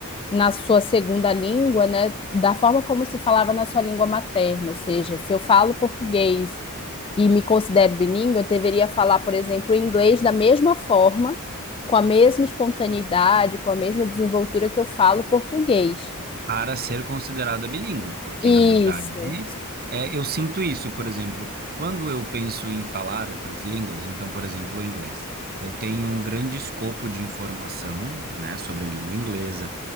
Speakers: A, on the left; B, on the right.
A: na sua segunda língua, né, da forma como se falava na sua língua materna. Ou seja, se eu falo português e me considero bilíngue, eu deveria falar, por exemplo, inglês da mesma forma, com a mesma espontaneidade, com a mesma desenvoltura que eu falo português.
B: para ser considerada bilíngue, porque
A: Isso.
B: na verdade é, eu sinto isso, por exemplo, quando eu penso em falar outras línguas, então, por exemplo, o inglês, eu tenho um grande escopo de informação, né, sobre a língua inglesa,